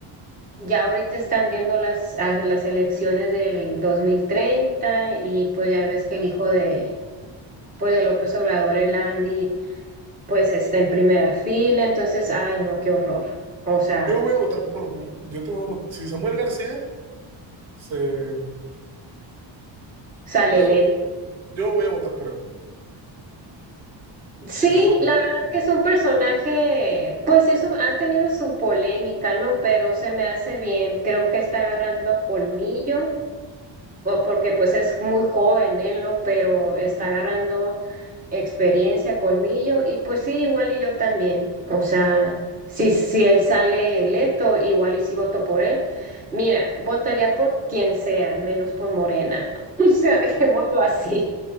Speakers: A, on the right; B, on the right.
A: Ya ahorita están viendo las, a- las elecciones del 2030 y pues ya ves que el hijo de, pues de López Obrador, el Andy, pues está en primera fila, entonces, ay no, qué horror. O sea,
B: yo voy a votar por, yo te voy a vot- si Samuel García se,
A: sale
B: yo voy
A: electo.
B: a votar, yo voy a votar por él,
A: Sí,
B: por Samuel. García.
A: la verdad que es un personaje, pues eso ha tenido su polémica, ¿no? Pero se me hace bien, creo que está agarrando colmillo po- porque pues es muy joven él, ¿no? Pero está agarrando experiencia, colmillo, y pues sí, igual y yo también. O sea, si, si él sale electo, igual y si voto por él. Mira, votaría por quien sea, menos por Morena. <laughs> O sea, dejémoslo así.